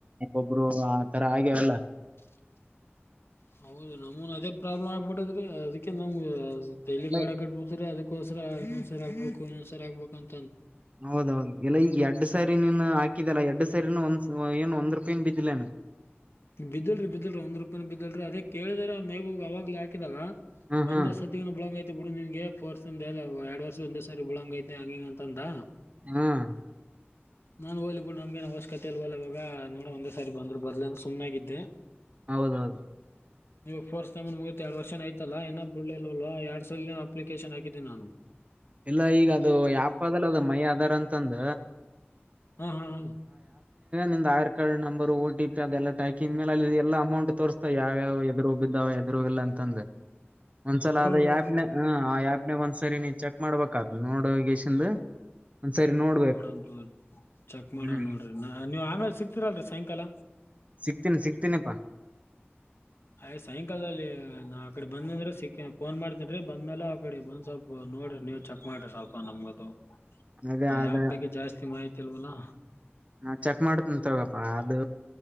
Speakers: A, on the right (about 30°); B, on the left (about 70°).
A: ಒಬ್ರು ಆತರ ಆಗ್ಯವ ಲ್ಲ
B: <unintelligible> ಹೌದು ನಮನ್ ಅದೇ ಪ್ರಾಬ್ಲಮ್ ಆಗ್ಬಿಟ್ಟದ್ರಿ ಅದಕ್ಕೆ ನಮ್ ತೈಲಿ
A: ಎಲ್ಲ
B: ಕಾಡ ಕಟ್ಬಿತ್ರರಿ ಅದ ಕೋಕರ ಇನ್ನೊಂದಸರಿ ಆಗ್ಬೇಕು ಇನ್ನೊಂದ್ಸರ ಆಗ್ಬೇಕ ಅಂತ
A: ಹೌದೌದು ಎಲ್ಲ ಈಗ ಎರಡ್ ಸಾರಿ ನೀನ್ ಹಾಕಿದಲ್ಲಾ ಎರಡ್ಡು ಸ ಸರಿ ಒಂದ ಏನು ಒಂದ್ ರೂಪಾಯನ್ ಬಿದ್ದಿಲ
B: ಬಿದ್ದಿಲ್ರಿ ಬಿದ್ದಿಲ್ರಿ ಒಂದ್ ರೂಪಾಯಿ ಬಿದಿಲ್ರಿ ಅದೇ ಕೇಳಿದರೆ ಅವ್ ಮೈಬೂಗ್ ಅವವಾಗ್ ಹಾಕಿದಾಗ
A: ಹ ಹಾ
B: ಒಂದ ಸತಿ ಬ್ಲಾಕ್ ಆಯ್ತು ಬಿಡು ನಿನ್ಗೆರ್ ಎ ಎರಡ್ ವರ್ಷ ಒಂದ್ ಸಾರಿ ಬಳಂಗ ಐತೆ ಹಂಗಂಗ ಅಂತ ಅಂದ
A: ಹ್ಮ್
B: ನಾನ್ ಹಓಲ್ಬಡ್ ನಮ್ಗನ್ ಅವಶ್ಯಕತೆ ಇಲ್ ಹೋಲವಾಗ ನೋಡ ಒಂದೇ ಸಾರಿ ಬಂದ್ರು ಬದಲ ಅಂದ ಸುಮ್ಮನೆನಾಗಿದ್ದೆ
A: ಹೌದೌದು
B: ಇವಾಗ ಕೋರ್ಸ್ ತಮ್ ಮೂವತ್ ಎರ ವರ್ನ ಆಐತಲ್ಲಾಏನ ಬಿಳ್ಳಿಲ್ ಎರಡ್ ಸಲ ಅಪ್ಲಿಕೇಶನ್ ಹಾಕಿದ್ದನಿ ನಾನು
A: ಎಲ್ಲಾ ಈಗ ಅದು ಯಾಪ ಅದಲ್ಲ ಅದು ಮೈ ಅದಾರ ಅಂತಂದ
B: ಹ್ಮ್ ಹ್ಮ್ ಹ್ಮ್
A: ನಿಮ್ Aadhaar card number T P ಅದೆಲ್ಲಟಾಕಿ ಮೇಲೆ ಅಲ್ಲಿ ಎಲ್ಲ ಅಮೌಂಟ್ ತೋರ್ತಾ ಯಾವದು್ರು ಇದಾವ ಎದರುಗಲ್ಲ ಅಂತಂದೆ ಒಂದ್ಸಲ ಅದ
B: ಹಾ
A: ಆಪ್ನ ಹ ಆ ಆ್ಯಪ್ನಾಗ ಒಂದ್ಸರಿ ನೀ ಚೆಕ್ ಮಾಡ್ಬೇಕತ್ ನೋಡು ಗೇಶಂದು ಒಂದ್ ಸರಿ ನೋಡ್ಬೇಕು
B: ನೋಡಂ ತೋರಿ ಚೆಕ್ ಮಾಡಣ
A: ಹ್ಮ್
B: ನೋಡ್ರಿ ನೀವ್ ಆಮೇಲೆ ಸಿಕ್ತಿೀರಲ್ರಿ ಸಾಯಂಕಾಲ
A: ಸಿಗ್ತೀನಿ ಸಿಗ್ತೀನಪ್ಪಾ
B: ಆಯ್ ಸಾಯಂಕಾಲದಲ್ಲಿ ನಾ ಆ ಕಡೆ ಬಂದಂದ್ರೆ ಸಿಕ್ಕ ಫೋನ್ ಮಾಡ್ ಬಂದಮೇಲೆ ಆ ಕಡೆ ಬಂದ್ ಸ್ವಲ್ಪ ನೋಡ್ರಿ ನೀವ್ ಚೆಕ್ ಮಾಡ್ರಿ ಸ್ವಲ್ಪ ನಮ್ಗದು
A: ಅದ
B: ಹ
A: ಅದ
B: ಯಾವ ಬಗ್ಗೆ ಜಾಸ್ತಿ ಮಾಹಿತಿ ಅಲ್ವಲಾ
A: ಹಾ ಚೆಕ್ ಮಾಡ್ತ ತಗಪ್ಪ ಅದು